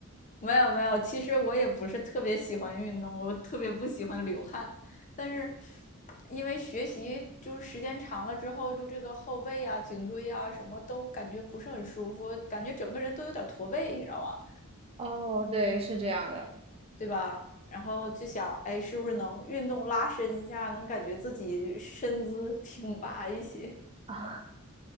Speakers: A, on the left (about 35°); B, on the right (about 25°).
A: 没有没有，其实我也不是特别喜欢运动，我特别不喜欢流汗，但是因为学习就是时间长了之后，就这个后背啊、颈椎啊什么都感觉不是很舒服，感觉整个人都有点驼背，你知道吗？
B: <laughs> 哦，对，是这样的。
A: 对吧？然后就想，哎，是不是能运动拉伸一下，能感觉自己身姿挺拔一些
B: 啊，